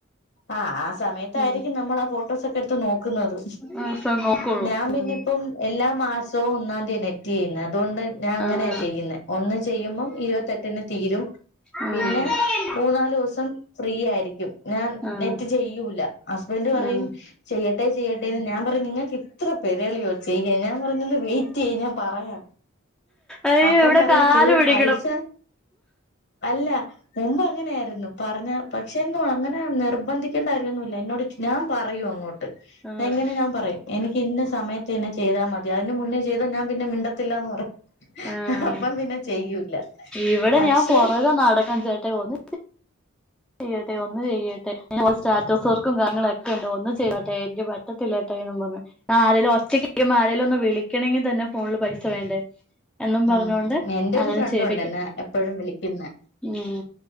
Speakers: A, on the left (about 55°); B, in the centre.
A: അ ആ സമയത്തായിരിക്കും
B: ഉം
A: നമ്മൾ ആ ഫോട്ടോസൊക്കെ എടുത്ത് നോക്കുന്നത്.
B: ദിവസോം നോക്കുള്ളൂ
A: ഞാൻ പിന്നെ
B: ഉം
A: ഇപ്പം എല്ലാ മാസവും ഒന്നാം തീയാണ് നെറ്റ്യ്യുന്നേ അതുകൊണ്ട് ഞാൻ അങ്ങനെയാ
B: ആഹ്
A: ചെയ്യുന്നേ, ഒന്ന് ചെയ്യുമ്പം ഇരുപത്തെട്ടിന് തീരും.
B: ആഹ്
A: പിന്നെ
B: ആഹ്
A: മൂന്നാലൂസം ഫ്രീ ആയിരിക്കും. ഞാൻ
B: ആഹ്
A: നെറ്റ് ചെയ്യൂല. അസ്ബൻഡ് പറയും
B: ആഹ്
A: ചെയ്യട്ടെ ചെയ്യട്ടേന്ന് ഞാൻ പറയും നിങ്ങൾക്ക് ഇത്ര പെരളിയോ ചെയ്യാൻ ഞാൻ പറഞ്ഞു ഒന്ന് വെയിറ്റ് യ്യ് ഞാൻ പറയാം.
B: അയ്യോ
A: അപ്പൊ
B: ഇവിടെ
A: പറയും
B: കാല്
A: തീ <unintelligible>
B: പിടിക്കണം
A: പൈസ അല്ല മുമ്പ് അങ്ങനെര്ന്നു പറഞ്ഞ പക്ഷേ ന്നു അങ്ങനെ നിർബന്ധിക്കേണ്ടര്യന്നും ലെന്നോട്ഞാൻ പറയുംങ്ങോട്ട്
B: ആഹ്
A: എ ങ്ങനെ ഞാൻപറയും. എനിക്ക് ഇന്നെസമയത്തന്നെ ചെയ്താമതി അതിന്റെമുന്നേചെയ്താ ഞാൻപിന്നെ മിണ്ടത്തില്ലന്ന്പറയും.
B: ആഹ്
A: അപ്പംപിന്നെചെയ്യൂല.
B: ഇവിടെ
A: പക്ഷേ
B: ഞാൻ പുറകെ നടക്കണം ചേട്ടാ ഒന്ന് ചെയ്യട്ടെ ഒന്ന്ചെയ്യട്ടെ, ഇപ്പോൾസ്റ്റാറ്റസ് വർക്കുംകാര്യങ്ങളുഒക്കെണ്ട് ഒന്ന് ചെയ്തൊട്ടെ എനിക്ക്പറ്റത്തില്ലട്ടെയെന്നും പറഞ്ഞ് ആരേലും ഒറ്റയ്ക്കിരിക്കുമ്പോ ആരെലൊന്ന് വിളിക്കെണെങ്കിതന്നെ ഫോണിൽ പൈസ വേണ്ടേ? എന്നും
A: ആ
B: പറഞ്ഞോണ്ട്
A: എന്റെരു
B: അങ്ങനെ
A: ഫ്രണ്ടുംണ്ട്ന്നെ
B: ചെയ്യിപ്പിക്കും
A: എപ്പോഴുംവിളിക്കുന്നെ.
B: ഉം